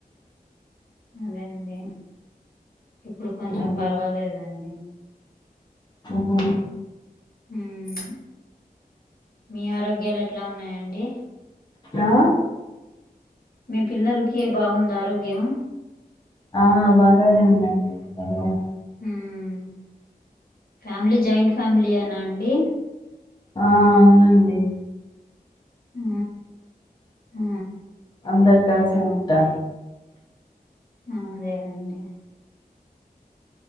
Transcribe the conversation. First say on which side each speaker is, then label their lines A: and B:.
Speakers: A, on the left (about 70°); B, on the left (about 25°).
A: అదే అండి ఇప్పుడు కొంచెం
B: ఆ,
A: పర్వాలేదండి
B: హుహు
A: హామ్ మీ ఆరోగ్యాలు ఎట్లా ఉన్నాయండి
B: ఆ
A: మీ పిల్లలకి ఏ బాగుందా ఆరోగ్యం
B: ఆ బాగానే ఉందండి ఉ అ <unintelligible>
A: హమ్ ఫ్యామిలీ జాయింట్ ఫ్యామిలీ యిన అండి
B: ఆ అవునండి
A: ఆ ఆ
B: అందరు కలిసి ఉంటాం
A: హమ్ అదేనండి